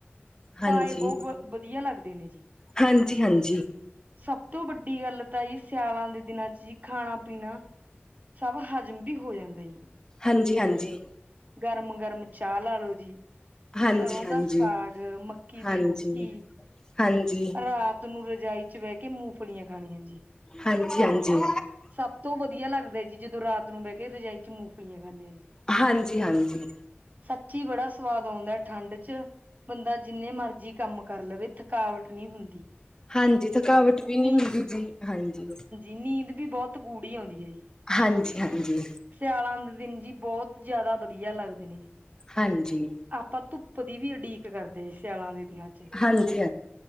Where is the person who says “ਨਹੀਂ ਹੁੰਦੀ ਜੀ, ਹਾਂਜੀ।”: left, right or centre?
Left